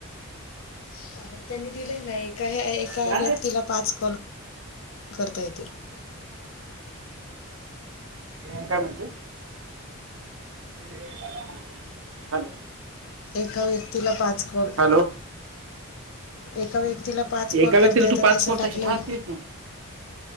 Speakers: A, on the left; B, on the right.
A: अं, त्यांनी दिले ना एका एका
B: जा र
A: व्यक्तीला पाच कॉल करता येतील
B: <unintelligible> काय म्हणत <unintelligible> हॅलो
A: एका व्यक्तीला पाच कोल
B: हॅलो
A: एका व्यक्तीला पाच
B: एका
A: कॉल
B: व्यक्तीला
A: करते
B: तू
A: तर
B: पाच
A: तसं
B: कॉल
A: टाकलं.
B: त्याच्यात हा तेच ना